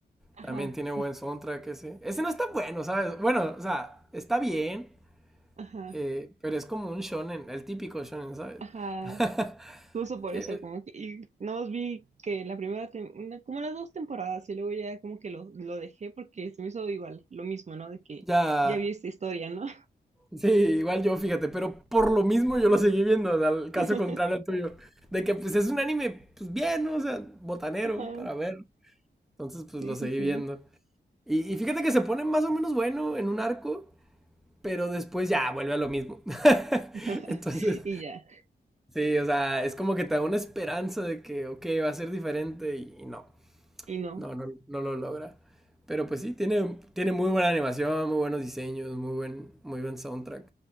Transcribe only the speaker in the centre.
También tiene
buen
soundtrack ese. Ese no está bueno, ¿sabes? Bueno, o sea, está bien,
eh, pero es como un shonen, el típico shonen, ¿sabes?
<laughs>
Eh,
ya...
Sí, igual yo, fíjate, pero por lo mismo yo lo seguí viendo, o sea, el caso
contrario al tuyo. De que pues es un anime, pues bien, ¿no? o sea, botanero
para ver. Entonces pues
lo seguí
viendo. Y, y fíjate que se pone más o menos bueno en un arco, pero después ya vuelve a lo mismo. <laughs>
Entonces,
sí, o sea, es como que te da una esperanza de que, ok, va a ser diferente y, y no,
no, no, no lo logra. Pero pues sí, tiene, tiene muy buena animación, muy buenos diseños, muy buen, muy buen soundtrack.